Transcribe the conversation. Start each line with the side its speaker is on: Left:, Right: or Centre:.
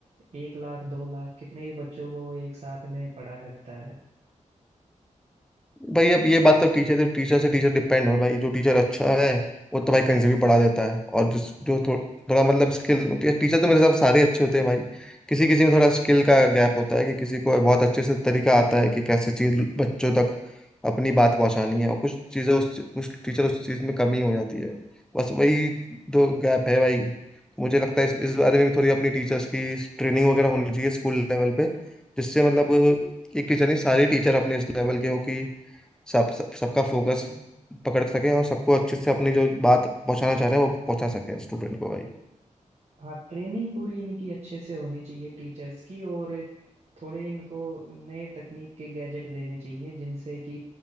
Right: एक लाख दो लाख कितने ही बच्चों को वो एक साथ में पढ़ा सकता है
Centre: भाई अब ये बात तो टीचर तो टीचर से टीचर डिपेंड हो भाई जो टीचर अच्छा है वो तो भाई कहीं से भी पढ़ा देता है और जिस जो थो, थोड़ा मतलब स्किल टीचर तो मेरे हिसाब से सारे अच्छे होते हैं भाई किसी किसी में थोड़ा स्किल का गैप होता है कि किसी को बहुत अच्छे से तरीका आता है कि कैसे चीज बच्चों तक अपनी बात पहुंचानी है और कुछ चीजें उस कुछ टीचर उस चीज में कमी हो जाती है बस वही दो गैप है भाई मुझे लगता है इस, इस बारे में भी थोड़ी अपनी टीचर्स की ट्रेनिंग वगैरह होनी चाहिए स्कूल लेवल पे जिससे मतलब एक टीचर नहीं सारे टीचर अपने इस लेवल के हो कि सब, सब सबका फोकस पकड़ सके और सबको अच्छे से अपनी जो बात पहुंचाना चाह रहे हैं वो पहुंचा सके स्टूडेंट को भाई
Right: हाँ ट्रेनिंग पूरी इनकी अच्छे से होनी चाहिए टीचर्स की और थोड़े इनको नए तकनीक के गैजेट देने चाहिए जिनसे कि